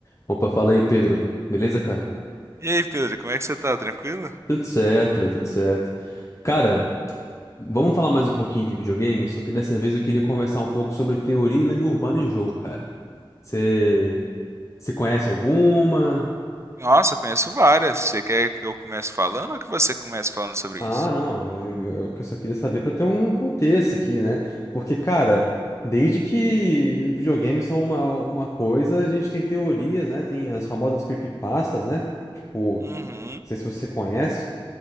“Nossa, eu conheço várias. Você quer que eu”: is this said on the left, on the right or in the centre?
Right